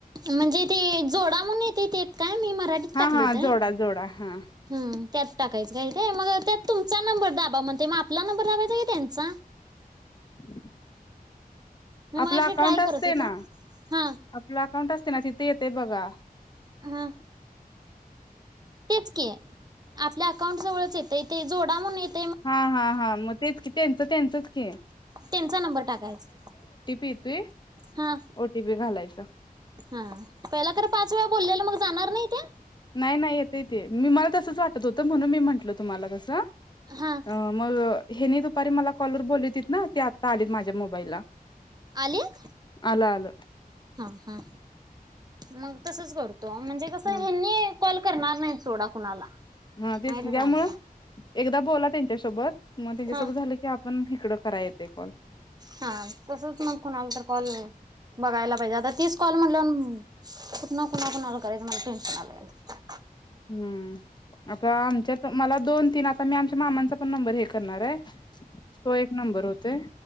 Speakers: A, on the right; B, on the left.
A: म्हणजे ते जोडा म्हणून येतंय ते काय मी मराठीत
B: हां
A: टाकलं
B: हां
A: होतं
B: जोडा जोडा हां
A: हम्म त्यात टाकायचं काय? ते मग त्यात तुमचा नंबर दाब ब म ते आपला नंबर लावायचा की त्यांचा
B: <inaudible>
A: मी मगाशी
B: आपला अकाउंट
A: ट्राय
B: असतंय
A: करत होतो
B: ना
A: हा
B: आपला अकाउंट असते ना तिथं येत ते बघा
A: हं तेच की, आपल्या अकाउंट जवळच येतंय ते जोडा म्हणून येत
B: हां हां हां म तेच की त्यांचं त्यांचंच खेळ
A: त्यांचा नंबर टाकायचा.
B: येतोय
A: हं,
B: ओटीपी घालायचा
A: हं पहिला खरं पाच वेळा बोललेलं मग जाणार नाही त्या?
B: नाही, नाही येतंय ते मला तसंच वाटत होतं म्हणून मी म्हटलं तुम्हाला कसं
A: हा
B: हं मग ह्यांनी दुपारी मला काॅलवर बोललीवतीत ना ते आत्ता आलीत मा त्या मोबाईलला
A: आलीत
B: आलं आलं
A: हा हा मग तसच करू तो म्हणजे कसं
B: ह
A: ह्यांनी कॉल करणार नाही सोडा कुणाला.
B: हा तेच
A: माहितच
B: त्यामुळे
A: आहे मला
B: एकदा बोला त्यांच्यासोबत. मग त्यांच्यासोबत
A: हा
B: झालं की आपण इकडं कराय येतय कॉल
A: हा तसच मग कोणाला तर कॉल बघायला पाहिजे आता तीच कॉल म्हटलं कुठन कुणा कुणाला करायचं मला टेन्शन आलय आता
B: हूं आता आमच्यात मला दोन तीन आणले. तर मी आमच्या मामांचा पण नंबर हे करणार ये तो एक नंबर होतो ते